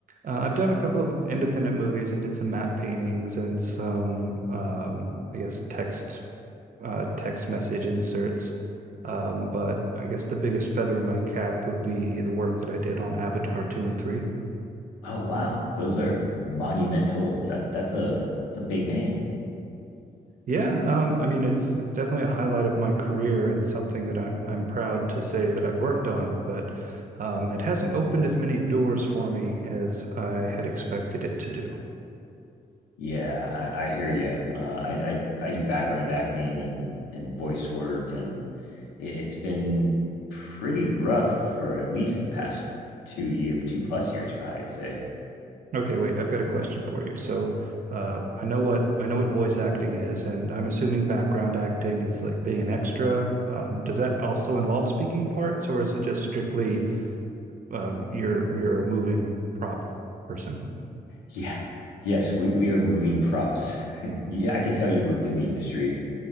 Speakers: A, on the right; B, on the left.
A: uh, I've done a couple of independent movies. I did some matte paintings and some, um, I guess, text uh, text message inserts. Um, but I guess the biggest feather in my cap would be the work that I did on Avatar 2 and 3.
B: Oh wow. Those are monumental. That that's a that's a big name.
A: Yeah, um, I mean it's it's definitely a highlight of my career and something that I'm I'm proud to say that I've worked on, but um, it hasn't opened as many doors for me as I had expected it to do.
B: Yeah, I I hear you. Uh I I I do background acting and and voice work and it, it's been pretty rough for at least the past two year two plus years probably I'd say.
A: Okay, wait, I've got a question for you. So, uh, I know what I know what voice acting is, and I'm assuming background acting is like being an extra. Um, does that also involve speaking parts, or is it just strictly um, you're you're a moving prop person?
B: Yeah. Yes, we, we are moving props. <laughs> yeah, I could tell you worked in the industry.